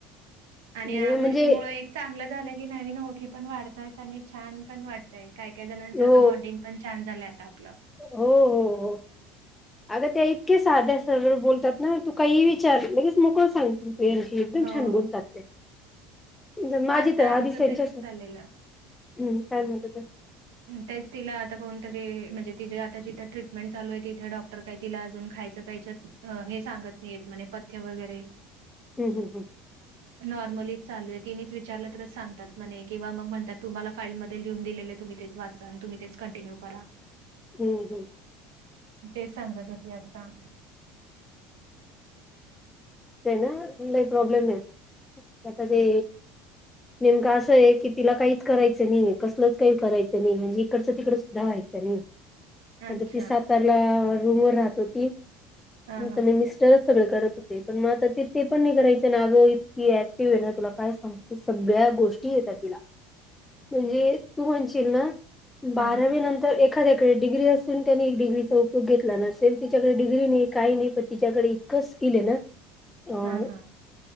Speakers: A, on the right (about 80°); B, on the left (about 15°).
A: आणि
B: म्हणजे
A: या गोष्टीमुळ एक चांगलं झालं की नवीन ओळखी पण वाढतायत आणि छान पण वाट तय. काय काय जणांचं
B: हो
A: असं बॉन्डिंग पण छान झालंय आता आपलं.
B: हो हो हो.
A: <inaudible>
B: अगं त्या इतक्या साध्या सरळ बोलतात ना तू काहीही विचार लगेच मोकळ सांगतील. एकदम
A: हो.
B: छान बोलतात त्या जर माझी
A: आता
B: तर
A: आमचं
B: आधी त्यांच्या
A: तेच चाललेलं.
B: हम्म काय म्हणत होत्या?
A: तेच तिला आता कोणतरी म्हणजे तिजे आता जिथं ट्रीटमेंट चालूआय तिथे डॉक क्टर काय तिला अजून खायचं पियाचं हे सांगत नाहीयेत म्हणे पथ्य वगैरे.
B: हम् हम् हम्.
A: नॉर्मलीच चालूए तिनच विचारलं तरच सगतात म्हने किंवा मग म्हणतात तुम्हाला फाईल लिहून दिलेलं तुम्ही तेच वाचा आणि तुम्ही तेच कंटिन्यू करा.
B: हम्म हम्म.
A: तेच सांगत होती आत्ता.
B: ते ना लय प्रॉब्लेम एत त्या कधी नेमकं असंय की तिला काहीच करायचं नाई कसलंच काही करायचं नाई म्हणजे इकडचं तिकडच व्हायचं नाई. म्हणजे
A: अच्छा
B: ती सातारला रूम वर राहत होती.
A: हा
B: म आता
A: हा
B: मि मिस स्टर सगळ करत होते. पण म आता ती ते पण नाय करायचं ना अगं इतकी ऍक्टिव्ह ए ना तुला काय सांगू सगळ्या गोष्टी येतात तिला.
A: <inaudible>
B: म्हणजे तू म्हणशील ना बारावी
A: हा
B: नंतर एखाद्या डिग्री असून त्यानी एक डिग्रीचा उपयोग घेतला नसेल तिच्याकडे डिग्री नाई काय नाई पण तिच्याकडे कस कीले ना? अ
A: हा हा.